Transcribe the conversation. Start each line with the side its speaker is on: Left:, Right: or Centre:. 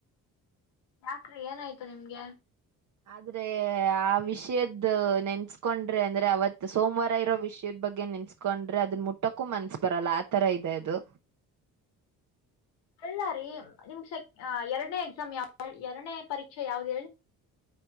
Left: ಯಾಕ್ ರಿ ಏನಾಯ್ತು ನಿಮ್ಗೆ
Right: ಆದ್ರೆ ಆ ವಿಷಯದ ನೆನ್ಸ್ಕೊಂಡ್ರೆ ಅಂದ್ರೆ ಅವತ್ ಸೋಮವಾರ ಇರೋ ವಿಷಯದ ಬಗ್ಗೆ ನೆನ್ಸ್ಕ ಕೊಂಡ್ರೆ ಅದನ್ನ ಮುಟ್ಟಕ್ಕೂ ಮನ್ಸ್ ಬರಲ್ಲ ಆ ತರ ಇದೆ ಅದು
Left: ಅಲ್ಲಾರಿ ನಿಮ ಸೆಕ್ ಎರಡನೇ ಎಕ್ಸಾಮ್ ಯಾವ ಎರಡನೇ ಪರೀಕ್ಷೆ ಯಾವ್ದ ಹೇಳಿ